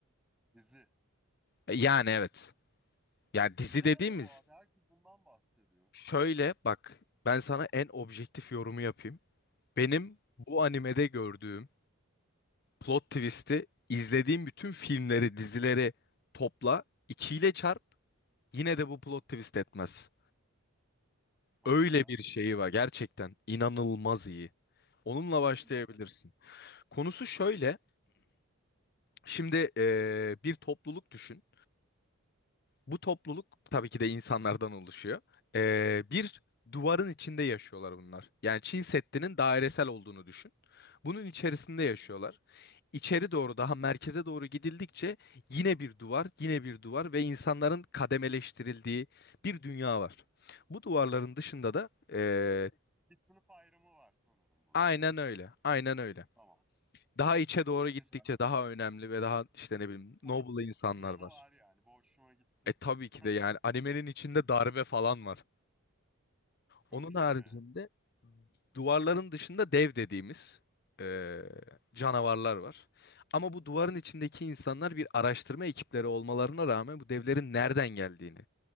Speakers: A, in the centre; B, on the left.
A: Dizi.
B: E, Yani evet. Yani dizi
A: Güzel
B: dediğimiz
A: mi bu abi? Herkes bundan bahsediyor.
B: Şöyle bak ben sana en objektif yorumu yapayım. Benim bu animede gördüğüm plot twist'i izlediğim bütün filmleri, dizileri topla, ikiyle çarp yine de bu plot twist etmez.
A: Hadi
B: Öyle
A: ya.
B: bir şeyi var gerçekten inanılmaz iyi. Onunla
A: Konusu
B: başlayabilirsin.
A: ne? Hı
B: Konusu şöyle. Şimdi eee, bir topluluk düşün. Bu topluluk tabii ki de insanlardan oluşuyor. Ee, bir duvarın içinde yaşıyorlar bunlar. Yani Çin Seddi'nin dairesel olduğunu düşün. Bunun içerisinde
A: hı.
B: yaşıyorlar. İçeri doğru daha merkeze doğru gidildikçe yine bir duvar, yine bir duvar ve insanların kademeleştirildiği bir dünya var. Bu duvarların dışında da ee,
A: Şey, bir sınıf ayrımı var sanırım burada.
B: aynen öyle, aynen öyle.
A: Tamam.
B: Daha içe doğru gittikçe
A: Güzel.
B: daha önemli ve daha işte ne bileyim
A: Politik
B: noble insanlar
A: bir yanı
B: var.
A: var yani. Bu hoşuma gitti.
B: E tabii ki
A: <laughs>
B: de yani animenin içinde darbe falan var.
A: Çok
B: Onun haricinde
A: iyi.
B: duvarların dışında dev dediğimiz e, canavarlar var. Ama bu duvarın içindeki insanlar bir araştırma ekipleri olmalarına rağmen bu devlerin nereden geldiğini